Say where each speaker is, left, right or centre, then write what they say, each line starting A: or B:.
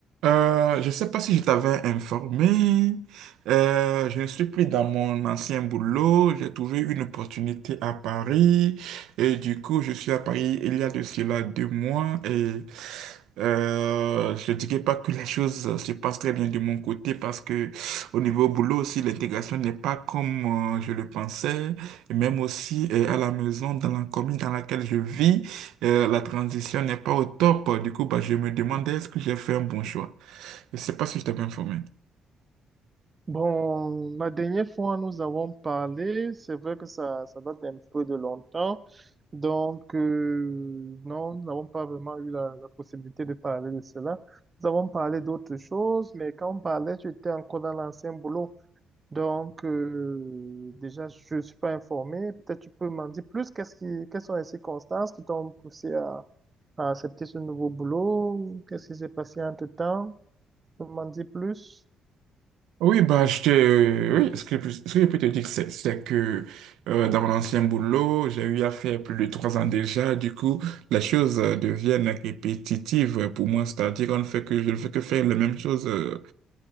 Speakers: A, on the right; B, on the right.
A: Euh, je ne sais pas si je t'avais informé. Euh, je ne suis plus dans mon ancien boulot. J'ai trouvé une opportunité à Paris. Et du coup, je suis à Paris il y a de cela deux mois. Et euh, je ne dirais pas que les choses se passent très bien de mon côté parce que au niveau boulot aussi, l'intégration n'est pas comme euh, je le pensais. Et même aussi euh, à la maison, dans la commune dans laquelle je vis, euh, la transition n'est pas au top. Du coup, bah, je me demandais est-ce que j'ai fait un bon choix. Je sais pas si je t'ai bien informé.
B: Bon, la dernière fois, nous avons parlé, c'est vrai que ça, ça date un peu de longtemps, donc euh, non, nous n'avons pas vraiment eu la, la possibilité de parler de cela. Nous avons parlé d'autres choses, mais quand on parlait, tu étais encore dans l'ancien boulot, donc euh, déjà, je ne suis pas informé, peut-être tu peux m'en dire plus, qu'est-ce qui, quelles sont les circonstances qui t'ont poussé à, à accepter ce nouveau boulot, qu'est-ce qui s'est passé entre-temps, tu peux m'en dire plus?
A: Oui, bah, je t'ai- euh, oui, ce que, je peux ce que je peux te dire, c'est c'est que euh, dans mon ancien boulot, j'ai eu à faire plus de trois ans déjà. Du coup, les choses euh, deviennent répétitives pour moi. C'est-à-dire, on ne fait que, je ne fais que faire la même chose euh,